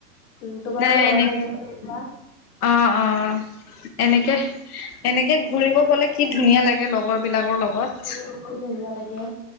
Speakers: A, on the left; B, on the left.
A: উম তোমাৰো
B: নাই
A: লগৰ
B: এনে
A: কেইজনী আহিবা
B: অ' অ' এনেকে এনেকে ঘূৰিব গলে কি ধুনীয়া লাগে লগৰ বিলাকৰ লগত
A: উম ধুনীয়া কি